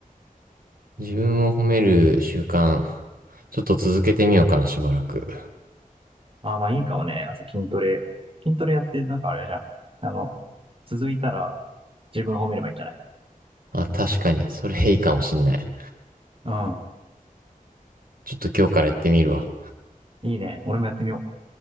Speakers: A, on the right; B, on the right.
A: う。自分を褒める習慣、ちょっと続けてみようかな、しばらく。
B: ああ、まあいいかもね。あと筋トレ。筋トレやって、なんかあれじゃん。あの、続いたら自分褒めればいいんじゃない
A: あ、確かに、それいいかもしんない。
B: うん。
A: ちょっと今日からやってみるわ。
B: いいね。俺もやってみよう。